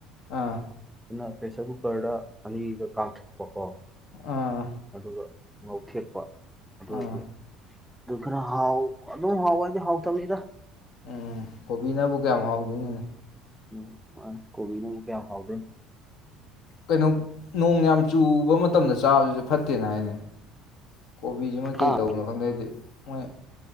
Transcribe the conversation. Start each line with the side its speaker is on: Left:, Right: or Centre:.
Left: ꯑꯥ
Centre: ꯑꯗꯨꯅ ꯄ꯭ꯔꯦꯁꯔ ꯀꯨꯀꯔꯗ ꯑꯅꯤꯒ ꯀꯥꯊꯣꯛꯄ ꯀꯣ
Left: ꯑꯥ
Centre: ꯑꯗꯨꯒ ꯅꯣꯛꯈꯦꯄ ꯑꯗꯨꯣꯏꯗꯦ
Left: ꯑꯥ
Centre: ꯑꯗꯨ ꯈꯔ ꯍꯥꯎ ꯑꯗꯨꯣ ꯍꯥꯎꯋꯥ ꯍꯥꯎ ꯀꯅꯤꯗ
Left: ꯎꯝ ꯀꯣꯕꯤꯅꯕꯨ ꯀꯌꯥꯝ ꯍꯥꯎꯗꯣꯏꯅꯣꯅꯦ
Centre: ꯎꯝ ꯍ ꯀꯣꯕꯤꯅ ꯀꯌꯥ ꯐꯥꯎꯗ
Left: ꯀꯩꯅꯣ ꯅꯣꯡ ꯌꯥꯝ ꯆꯨꯕ ꯃꯇꯝꯗ ꯆꯥꯕꯁꯤꯁꯨꯦ ꯐꯠꯇꯦꯅ ꯍꯥꯏꯅꯩ ꯀꯣꯕꯤꯁꯤ ꯃꯣꯏ ꯀꯩ
Centre: ꯑꯥ
Left: ꯇꯧꯕꯅꯣ ꯈꯪꯗꯦꯗꯤ ꯃꯣꯏ